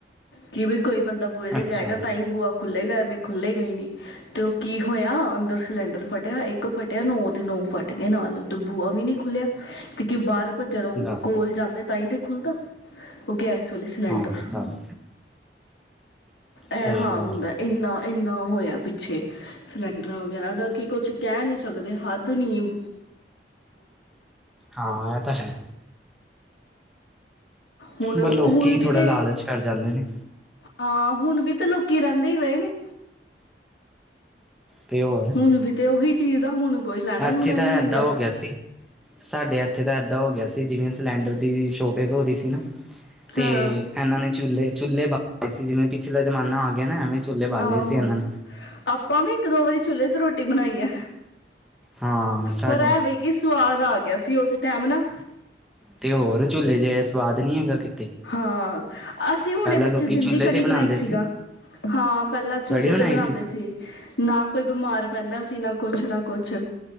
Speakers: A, on the left; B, in the centre.
A: ਕਿਵੇ? ਕੋਈ ਬੰਦਾ ਬੂਹੇ ਤੇ
B: ਅੱਛਾ
A: ਜਾਏਗਾ, ਤਾਂ ਹੀ ਬੂਹਾ ਖੁੱਲੇਗਾ ਐਵੇਂਈ ਖੁੱਲ੍ਹੇਗਾ ਨਹੀਂ। ਤੇ ਉਹ ਕੀ ਹੋਇਆ ਸਿਲੰਡਰ ਫਟਿਆ, ਇੱਕ ਫਟਿਆ ਨੋ ਦੇ ਨੋ ਫੱਟ ਗਏ ਨਾਲ, ਬੂਹਾ ਵੀ ਨੀ ਖੁੱਲਿਆ ਤੇ ਕੀ ਬਾਹਰ ਭੱਜਣੋਂ
B: ਦੱਸ
A: ਕੋਲ ਜਾਂਦੇ ਤਾਂ ਹੀ ਖੁੱਲਦਾ, ਉਹ ਗੈਸ ਖੁੱਲੇ ਸਿਲੰਡਰ।
B: ਹਾਂ ਦੱਸ ਸਹੀ
A: ਇਹ ਹਾਂ
B: ਗੱਲ
A: ਹੁੰਦਾ
B: ਏ।
A: ਇੰਨਾ ਇੰਨਾ ਹੋਇਆ ਪਿੱਛੇ, ਸਿਲੰਡਰ ਵਗੈਰਾ ਦਾ ਕਿ ਕੁਛ ਕਹਿ ਨਹੀਂ ਸਕਦੇ, ਹੱਦ ਨੀ
B: ਹਾਂ, ਐ ਤਾਂ ਹੈ।
A: ਹੁਣ
B: ਪਰ ਲੋਕੀ,
A: ਹੁਣ ਵੀ
B: ਥੋੜਾ
A: ਤੇ
B: ਲਾਲਚ ਕਰ ਜਾਂਦੇ ਨੇ।
A: ਹਾਂ, ਹੁਨ ਵੀ ਤੇ ਲੋਕੀ ਰੈਂਦੇ ਈ ਪਏ ਨੇ
B: ਤੇ ਹੋਰ
A: ਹੁਣ ਵੀ ਤੇ ਓਹੀ ਚੀਜ਼ ਆ ਹੁਣ ਕੋਈ ਲੈਣਾ
B: ਇੱਥੇ
A: ਲੂਣਾ
B: ਤਾਂ
A: ਨੀ ਹੈਗੀਆ।
B: ਏਦਾਂ ਹੋ ਗਿਆ ਸੀ ਸਾਡੇ ਐਥੇ ਤਾਂ ਐਦਾਂ ਹੋ ਗੇਆ ਸੀ, ਜਿਵੇਂ ਸੇਲੰਡਰ ਦੀ ਛੋਟੇ ਧੋਰੀ ਸੀ ਨਾ, ਤੇ
A: ਹਾਂ
B: ਐਨਾਂ ਨੇ ਚੂਲੇ ਚੁੱਲੇ ਬਾਲਦੇ ਸੀ, ਜਿਵੇਂ ਪਿਛਲਾ ਜਮਾਨਾ ਆ ਗੇਆ ਨਾ ਐਵੇਂ ਚੁੱਲ੍ਹੇ ਬਾਲੇ
A: ਆਹੋ,
B: ਸੀ ਇਹਨਾਂ ਨੇ
A: ਆਪਾਂ ਵੀ ਇੱਕ ਦੋ ਵਰੀ ਚੁੱਲ੍ਹੇ ਤੇ ਰੋਟੀ ਬਣਾਈ ਆ।
B: ਹਾਂ ਸਾਡੇ
A: ਪਰ, ਐ ਵੇ ਕੀ ਸੁਵਾਦ ਆ ਗੇ ਕਿਆ ਸੀ, ਓਸੇ ਟੈਮ ਨਾ
B: ਤੇ ਹੋਰ ਝੂਲੇ ਜੇ ਸਵਾਦ ਨੀ ਹੈਗਾ, ਕਿਤੇ
A: ਹਾਂ, ਆਸੀਂ ਹੁਣੇ
B: ਪਹਿਲਾਂ
A: ਪਿੱਛੇ
B: ਲੋਕੀ
A: ਸਿੰਧੀ
B: ਚੁੱਲ੍ਹੇ
A: ਕੜੀ
B: ਤੇ ਬਣਾਉਂਦੇ
A: ਬਣਾਈ
B: ਸੀ
A: ਸੀਗਾ ਹਾਂ, ਪੈਲਾਂ ਚੁੱਲੇ
B: ਕੜੀ ਬਣਾਈ
A: ਤੇ ਬਣਾਂਦੇ ਸੀ ਨਾ ਕੋਈ ਬਿਮਾਰ ਪੈਂਦਾ ਸੀ, ਨਾ ਕੁਛ ਨਾ ਕੁਛ